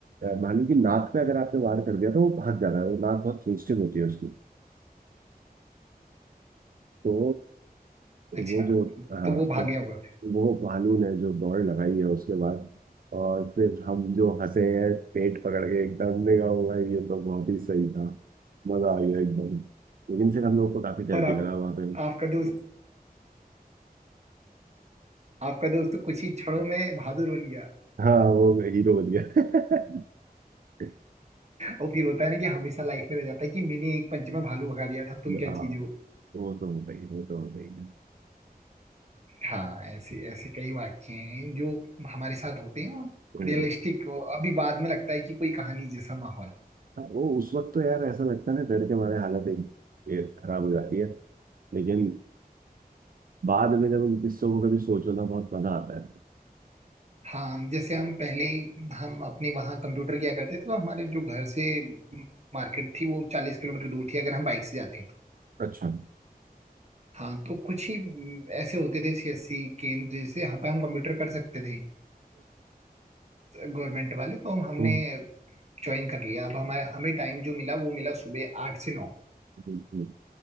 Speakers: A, on the right (about 65°); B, on the right (about 45°).
A: भालू की नाक पे अगर आपने वार कर दिया तो वो भाग जाता है वो नाक बहुत सेंसिटिव होती है उसकी तो
B: अच्छा
A: वो जो हाँ
B: तो वो
A: तो
B: भाग गया होगा
A: वो भालू ने जो दौड़ लगाई है उसके बाद और फिर हम जो हंसे हैं पेट पकड़ के एकदम देखा हुआ है ये तो बहुत ही सही था मजा आ गया एकदम लेकिन फिर हम लोग को काफी डर
B: और
A: भी
B: आप
A: लगा वहां पे
B: आपका दोस्त आपका दोस्त तो कुछ ही क्षणों में बहादुर बन गया
A: हाँ वो हीरो बन गया <laughs>
B: और फिर होता है ना कि हमेशा लाइफ में रह जाता है कि मैंने एक पंच में भालू भगा दिया था तुम क्या
A: हाँ
B: चीज हो
A: वो तो होता ही वो तो होता ही है।
B: हाँ ऐसे ऐसे कई वाक्य हैं जो हमारे साथ होते हैं और
A: हम्म।
B: रियलिस्टिक अभी बाद में लगता है कि कोई कहानी जैसा माहौल है।
A: हाँ, वो उस वक्त तो यार ऐसा लगता है ना डर के मारे हालत एक, एक खराब हो जाती है लेकिन बाद में जब उन किस्सों को कभी सोचो ना बहुत मजा आता है
B: हाँ जैसे हम पहले हम अपने वहाँ कंप्यूटर किया करते थे तो हमारे जो घर से मार्केट थी वो चालीस किलोमीटर दूर थी अगर हम बाइक से जाते
A: अच्छा
B: हाँ तो कुछ ही म, ऐसे होते थे सीएससी केंद्र जैसे यहाँ पे हम कंप्यूटर कर सकते थे गवर्नमेंट वाले तो हमने
A: हम्म
B: ज्वाइन कर लिया अब हमारे हमें टाइम जो मिला वो मिला सुबह आठ से नौ
A: बिल्कुल,